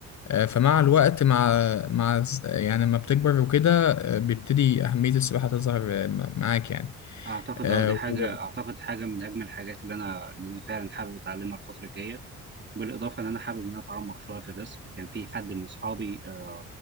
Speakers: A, on the left; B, on the right.
A: آه، فمع الوقت مع مع الز- يعني لما بتكبر وكده آه، بيبتدي أهمية السباحة تظهر آه، م- معاك يعني
B: اعتقد
A: آه،
B: اه دي حاجه
A: و...
B: اعتقد حاجه من اجمل الحاجات اللي انا اللي انا فعلا حابب اتعلمها الفتره الجايه بالاضافه ان انا حابب ان انا اتعمق شويه في الرسم كان في حد من اصحابي آه،